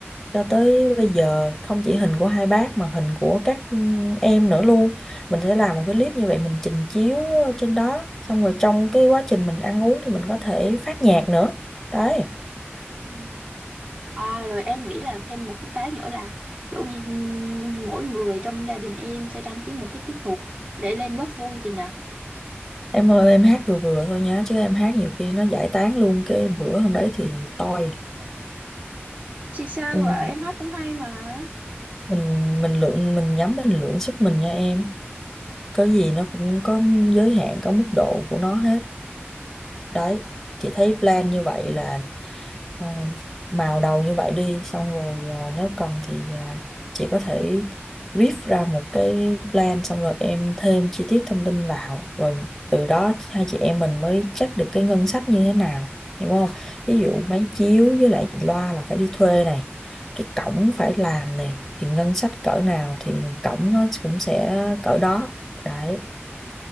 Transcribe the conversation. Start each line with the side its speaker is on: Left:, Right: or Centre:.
Centre: cho tới bây giờ không chỉ hình của hai bác mà hình của các ừ, em nữa luôn mình sẽ làm một cái clip như vậy mình trình chiếu trên đó xong rồi trong cái quá trình mình ăn uống thì mình có thể phát nhạc nữa đấy
Right: ừ. À, rồi em nghĩ là thêm một cái cái nữa là kiểu như mỗi người trong gia đình em sẽ đăng ký một cái tiết mục để lên góp vui chị nhỉ?
Centre: Em ơi em hát vừa vừa thôi nhá chứ em hát nhiều khi nó giải tán luôn cái bữa hôm đấy thì toi
Right: Chị sao
Centre: Ừ.
Right: vậy? Em hát cũng hay mà.
Centre: mình mình lượng mình nhắm mình lượng sức mình nha em có gì nó cũng có giới hạn có mức độ của nó hết đấy chị thấy plan như vậy là Ờ, màu đầu như vậy đi xong rồi ờ, nếu cần thì à, chị có thể brief ra một cái plan xong rồi em thêm chi tiết thông tin vào rồi từ đó hai chị em mình mới check được cái ngân sách như thế nào hiểu không ví dụ máy chiếu với lại loa là phải đi thuê này cái cổng phải làm này thì ngân sách cỡ nào thì cổng nó cũng sẽ cỡ đó đấy